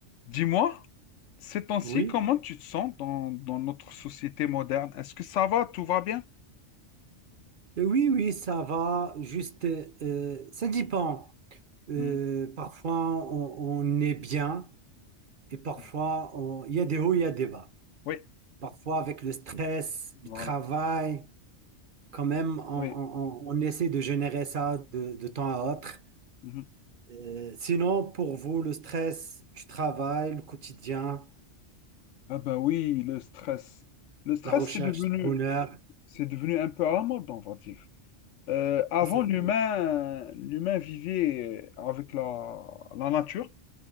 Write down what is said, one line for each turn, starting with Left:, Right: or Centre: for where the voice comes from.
Left: Dis-moi, ces temps-ci,
Right: Oui,
Left: comment tu te sens dans, dans notre société moderne? Est-ce que ça va, tout va bien?
Right: Euh, oui, oui, ça va. Juste, euh, ça dépend. Euh,
Left: Hmm,
Right: parfois, on, on est bien et parfois,
Left: hmm.
Right: on- il y a des hauts, il y a des bas.
Left: Oui,
Right: Parfois, avec le stress, le
Left: voilà.
Right: travail, quand même, on, on-
Left: Oui.
Right: on- on essaie de générer ça de, de temps à autre.
Left: mhm.
Right: Euh, sinon, pour vous, le stress du travail, le quotidien,
Left: Ah ben oui, le stress. Le stress,
Right: la recherche
Left: c'est devenu,
Right: du bonheur,
Left: c'est devenu un peu à la mode, on va dire. Euh, avant,
Right: ah, c'est vrai.
Left: l'humain, l'humain vivait avec la, la nature,